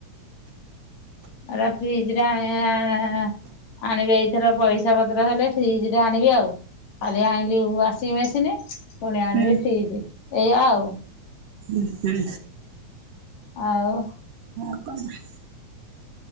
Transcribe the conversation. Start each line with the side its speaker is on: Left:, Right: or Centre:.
Left: ଏରା ଫ୍ରିଜ ଟା ଆ- ଆ ଆଣିବେ ଏଇଥର ପଇସା ପତ୍ର ହେଲେ ଫ୍ରିଜ୍ ଟେ ଆଣିବି ଆଉ। କାଲି ଆଣିଲି ୱାସିଂ ମେସିିନି ପୁଣି
Right: ହୁଁ
Left: ଆଣିବି
Right: ହୁଁ
Left: ଫ୍ରିଜ୍, ଏଇଆ ଆଉ।
Right: ଉଁ ହୁଁ।
Left: ଆଉ
Right: ଆଉ କଣ?